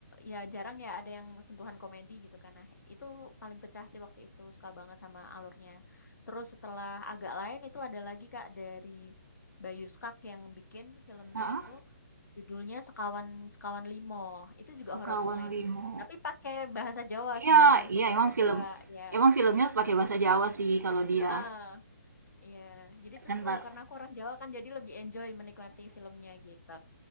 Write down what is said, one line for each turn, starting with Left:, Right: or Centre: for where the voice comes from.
Left: ya jarang ya ada yang sentuhan komedi gitu kan. Nah, itu paling pecah sih waktu itu suka banget sama alurnya. Terus setelah agak lain itu ada lagi Kak dari Bayu Skak yang bikin filmnya
Right: Heeh,
Left: itu Judulnya Sekawan Sekawan Limo. Itu juga
Right: Sekawan
Left: horor komedi,
Right: Limu.
Left: tapi pakai bahasa Jawa
Right: Iya,
Left: semuanya, full
Right: iya
Left: bahasa
Right: emang film.
Left: Jawa, ya
Right: Emang filmnya pakai bahasa Jawa sih kalau dia.
Left: Heeh, iya. Jadi itu
Right: Kan,
Left: seru
Right: Pak.
Left: karena aku orang Jawa kan jadi lebih enjoy menikmati filmnya gitu.